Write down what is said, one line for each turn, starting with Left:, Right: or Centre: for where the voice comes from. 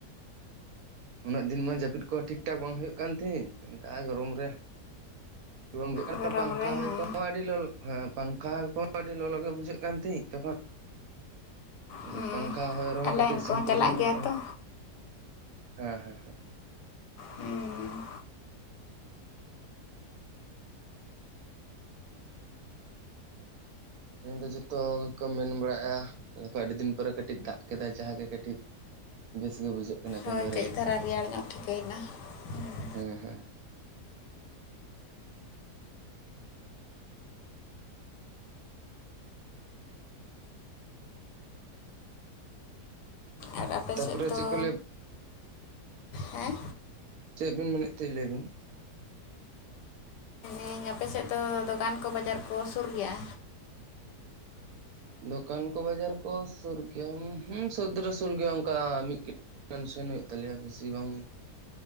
Right: ᱩᱱᱟᱹᱜ ᱫᱤᱱ ᱢᱟ ᱡᱟᱹᱯᱤᱫ ᱠᱚ ᱴᱷᱤᱠ ᱴᱷᱟᱠ ᱵᱟᱝ ᱦᱩᱭᱩᱜ ᱠᱟᱱ ᱛᱤᱧ ᱚᱱᱠᱟ ᱜᱚᱨᱚᱢ ᱨᱮ ᱚᱢᱟᱹᱜ ᱠᱟᱱᱟ
Left: ᱜᱚᱨᱚᱢ
Right: ᱯᱟᱝᱠᱷᱟ
Left: ᱨᱮ ᱦᱩᱸ
Right: ᱠᱚᱦᱚᱸ ᱟᱹᱰᱤ ᱞᱚᱞᱚ ᱯᱟᱝᱠᱷᱟ ᱠᱚᱦᱚᱸ ᱟᱹᱰᱤ ᱞᱚᱞᱚ ᱜᱮ ᱵᱩᱡᱷᱟᱹᱜ ᱠᱟᱱ ᱛᱟᱦᱮᱸᱫ ᱛᱚᱠᱷᱚᱱ
Left: ᱦᱩᱸ
Right: ᱡᱮ ᱯᱟᱝᱠᱷᱟ ᱦᱚᱭ ᱨᱮᱦᱚᱸ
Left: ᱟᱨ
Right: ᱠᱟᱹᱴᱤᱡ
Left: ᱞᱟᱭᱤᱱ ᱠᱚᱦᱚᱸ
Right: ᱥᱟᱹᱱᱛᱤ
Left: ᱪᱟᱞᱟᱜ
Right: ᱵᱤᱱ ᱧᱟᱢᱚᱜᱼᱟ
Left: ᱜᱮᱭᱟ ᱛᱚ
Right: ᱦᱮᱸ ᱦᱮᱸ ᱦᱮᱸ
Left: ᱦᱩᱸ
Right: ᱛᱮᱦᱮᱧ ᱫᱚ ᱡᱚᱛᱚ ᱜᱮᱠᱚ ᱢᱮᱱ ᱵᱟᱲᱟᱭᱼᱟ ᱟᱹᱰᱤ ᱫᱤᱱ ᱯᱚᱨᱮ ᱠᱟᱹᱴᱤᱡ ᱫᱟᱜ ᱠᱮᱫᱟᱭ ᱡᱟᱦᱟᱸᱜᱮ ᱠᱟᱹᱴᱤᱡ ᱵᱮᱥ ᱜᱮ ᱵᱩᱡᱷᱟᱹᱜ ᱠᱟᱱᱟ ᱛᱮᱦᱮᱧ
Left: ᱦᱳᱭ
Right: ᱫᱚ
Left: ᱠᱟᱹᱡ ᱫᱷᱟᱨᱟ ᱨᱮᱭᱟᱲ ᱧᱚᱜ ᱴᱷᱤᱠᱟᱹᱭᱱᱟ ᱦᱮ
Right: ᱦᱮᱸ ᱦᱮᱸ
Left: ᱟᱨ ᱟᱯᱮ
Right: ᱛᱟᱯᱚᱨᱮ
Left: ᱥᱮᱫ ᱫᱚ
Right: ᱪᱮᱫ ᱠᱚ ᱞᱟᱹᱭᱟ
Left: ᱦᱮᱸ
Right: ᱪᱮᱫ ᱵᱤᱱ ᱢᱮᱱᱮᱫ ᱛᱟᱦᱮᱸ ᱞᱟᱹᱭᱵᱤᱱ?
Left: ᱤᱧ ᱟᱯᱮ ᱥᱮᱫ ᱫᱚ ᱫᱚᱠᱟᱱ ᱠᱚ ᱵᱟᱡᱟᱨ ᱠᱚ ᱥᱩᱨ ᱜᱮᱭᱟ?
Right: ᱫᱚᱠᱟᱱ ᱠᱚ ᱵᱟᱡᱟᱨ ᱠᱚ ᱥᱩᱨ ᱜᱮᱭᱟᱢ ᱦᱩᱸ ᱥᱩᱨ ᱫᱚᱨᱮ ᱥᱩᱨ ᱜᱮᱭᱟ ᱚᱱᱠᱟ ᱢᱤᱫ ᱠᱤᱼᱼ ᱥᱮᱱ ᱦᱩᱭᱩᱜ ᱛᱟᱞᱮᱭᱟ ᱵᱮᱥᱤ ᱵᱟᱝ